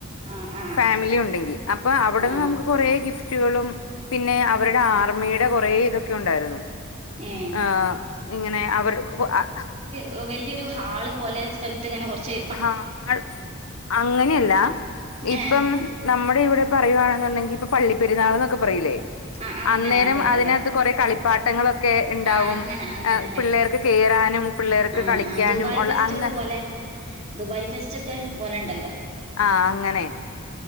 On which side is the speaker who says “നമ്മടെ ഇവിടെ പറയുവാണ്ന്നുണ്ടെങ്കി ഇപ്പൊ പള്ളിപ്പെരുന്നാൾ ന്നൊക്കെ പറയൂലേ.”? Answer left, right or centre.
Left